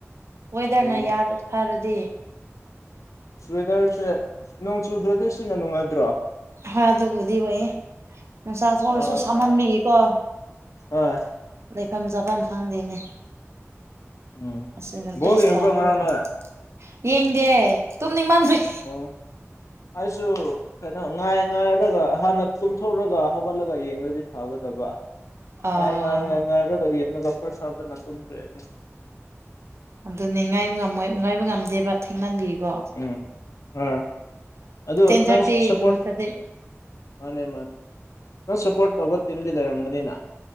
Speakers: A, on the right (about 60°); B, on the left (about 80°).
A: ꯋꯦꯗꯔꯅ
B: ꯑꯣ
A: ꯌꯥꯔ ꯐꯔꯗꯤ
B: ꯁ꯭ꯋꯦꯗꯔꯁꯦ ꯅꯣꯡ ꯆꯨꯗ꯭ꯔꯗꯤ ꯁꯤꯅ ꯅꯨꯡꯉꯥꯏꯗ꯭ꯔꯣ
A: ꯍꯣꯏ ꯑꯗꯨꯕꯨꯗꯤ ꯑꯣꯏꯌꯦꯦ ꯅꯨꯡꯁꯥꯁꯨ
B: ꯅꯨꯡꯁꯥ
A: ꯑꯣꯏꯔꯁꯨ ꯁꯥꯝꯍꯟꯕꯤꯏꯀꯣ
B: ꯁꯥꯏ ꯍꯣꯏ
A: ꯂꯩꯐꯝ ꯆꯥꯐꯝ ꯈꯪꯗꯦꯅꯦ
B: ꯎꯝ
A: ꯑꯁꯤꯅ
B: ꯕꯣꯜ
A: ꯕꯦꯁ
B: ꯌꯦꯡꯉꯕ꯭ꯔꯣ
A: ꯇꯥꯕꯗꯤ
B: ꯉꯔꯥꯎꯅ
A: ꯇꯥꯏ ꯌꯦꯡꯗꯦ ꯇꯨꯝꯅꯤꯡ ꯃꯥꯟꯁꯨꯨꯏ
B: ꯑꯣ ꯑꯁꯨ ꯅꯪ ꯉꯥꯏ ꯉꯥꯏꯔꯒ ꯍꯥꯟꯅ ꯇꯨꯝꯊꯣꯛꯂꯒ ꯍꯧꯒꯠꯂꯒ ꯌꯦꯡꯉꯗꯤ ꯐꯒꯗꯕ
A: ꯑꯥ
B: ꯉꯥꯏ ꯉꯥꯏ ꯉꯥꯏ ꯉꯥꯏꯕ ꯀꯅ ꯀꯄꯔ ꯁꯥꯎꯇ ꯅꯠꯇꯨ ꯀ ꯑꯗꯨ
A: ꯑꯗꯨꯅꯦ ꯉꯥꯏꯕ ꯉꯝꯃꯣꯏ ꯉꯥꯏꯕ ꯉꯝꯗꯦꯕ ꯊꯦꯡꯅꯟꯕꯤꯀꯣ
B: ꯎꯝ ꯑꯥ ꯑꯗꯨ
A: ꯇꯦꯟ ꯊꯥꯔꯇꯤꯒꯨꯝꯕꯗꯗꯤ
B: ꯅꯪ ꯁꯄꯣꯠ ꯃꯥꯅꯦ ꯃꯥꯅꯦ ꯅꯪ ꯁꯞꯄꯣꯔꯠ ꯇꯧꯕ ꯇꯤꯝꯗꯤ ꯂꯩꯔꯝꯒꯅꯤꯅ